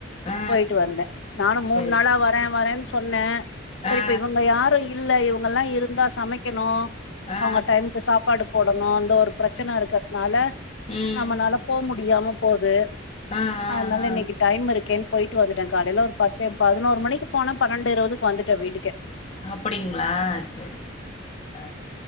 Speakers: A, on the left; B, on the left.
A: ஆ
B: போயிட்டு வந்தே நானோ
A: சேரி
B: மூணு நால வர வரேன் சொல் சொன்ன சரிப்ப
A: ஆ
B: இவங்க யாரோ இல்ல இவங்க ல்லா இருந்தா சமைக்கணோ
A: ஆ
B: அவுங்க டைமுக்கு சாப்பாடு போடணோ ஒரு பிரச்சனருக்கிறதுனால
A: ம்
B: நம்மனால போ முடியாம போது
A: ஆ ஆ
B: அதனால
A: ஆ
B: இன்னிக்கு டைம் இருக்கு கேன் போயிட்டு வந்துட்டே காலையில ஒரு பத் ஏ பதுனோரு மணிக்கு போனா பன்னெண்டு இருவதுக்கு வந்துட்ட வீட்டுக்கே
A: அப்புடிங்ளா சரி சரி சரி ஆ